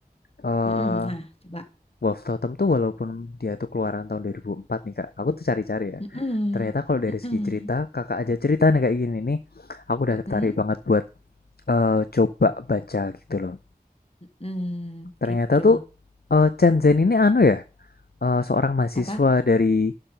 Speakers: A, on the left; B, on the left.
A: Eh
B: Mm-mm. Nah, coba.
A: Wolf Totem tuh walaupun dia tuh keluaran tahun 2004 nih kak, aku tuh cari-cari ya.
B: Mm-mm.
A: Ternyata kalau dari
B: Mm-mm.
A: segi cerita, kakak aja cerita nih kayak gini nih, aku udah
B: Mm-mm.
A: tertarik banget buat eh, coba baca gitu loh.
B: Mm,
A: Ternyata
B: gitu.
A: tuh eh, Chen Zhen ini anu ya, eh, seorang mahasiswa
B: Apa?
A: dari